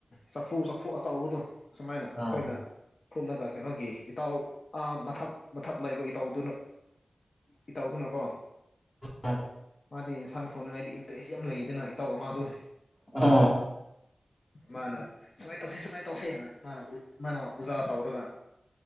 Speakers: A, on the left (about 60°); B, on the left (about 20°).
A: ꯆꯐꯨ ꯆꯐꯨ ꯑꯆꯕꯗꯣ ꯁꯨꯃꯥꯏꯅ ꯑꯩꯈꯣꯏꯅ
B: ꯎꯝ
A: ꯐꯨꯠꯂꯒ ꯀꯩꯅꯣꯒꯤ ꯏꯇꯥꯎ ꯃꯊꯛ ꯃꯊꯛ ꯂꯩꯕ ꯏꯇꯧꯗꯨꯅ ꯏꯇꯧꯗꯨ ꯅꯀꯣ
B: ꯑ
A: ꯃꯥꯗꯤ ꯌꯦꯟꯁꯥꯡ ꯊꯣꯡꯅꯉꯥꯏꯗꯤ ꯏꯟꯇꯔꯦꯁ ꯌꯥꯝ ꯂꯩꯗꯅ ꯏꯇꯥꯎ ꯑꯃꯗꯣ
B: ꯑꯝ
A: ꯃꯥꯅ ꯁꯨꯃꯥꯏꯅ ꯇꯧꯁꯦ ꯁꯨꯃꯥꯏꯅ ꯇꯧꯁꯦꯅ ꯃꯥꯅ ꯃꯥꯅ ꯎꯖꯥ ꯇꯧꯔꯒ